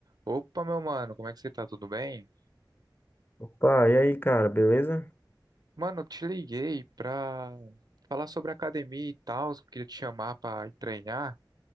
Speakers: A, on the right; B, on the left.
A: Opa, meu mano, como é que você tá? Tudo bem?
B: Opa, e aí, cara, beleza?
A: Mano, eu te liguei pra falar sobre academia e tal, eu queria te chamar pra ir treinar.